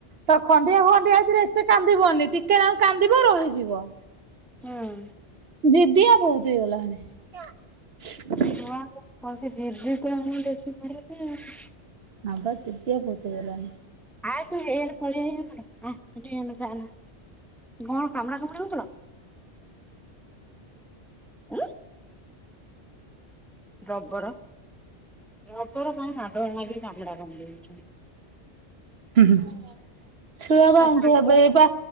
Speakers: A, on the right (about 60°); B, in the centre.
A: ତ ଖଣ୍ଡିଆ ଫଣ୍ଡିଆ ହେଇଥିରେ ଏତେ କାନ୍ଦିବନି ଟିକେ ନାକ କାନ୍ଦିବ ରହିଯିବ।
B: ହୁଁ।
A: ଦିଦିଆ ବହୁତ ହେଇଗଲାଣି।
B: ଛୁଆଙ୍କୁ କଣ ସେ ଜିଦି ତ ହିଁ ବେଶୀ ଖାଉଛି ଆଉ।
A: ହଁ ବା ଜିଦିଆ ବହୁତ ହେଇଗଲାଣି।
B: ଆଏ ତୁ ଏଇଆଡେ ପଳେଇଆଏ ଧନ ଆ <unintelligible> ଯାଆନା, ‌କଣ କାମୁଡାକାମୁଡି ହଉଥିଲ? ଉଁ ରବର। ରବର ପାଇଁ ମାଡ଼ଗୋଳ ଲାଗିକି କାମୁଡ଼ା କାମୁଡ଼ି ହଉଛନ୍ତି।
A: ହୁଁହୁଁ ଛୁଆରା
B: ତା
A: ଏମିତି
B: ସାଙ୍ଗ
A: ହେବେ ଏ-ପା।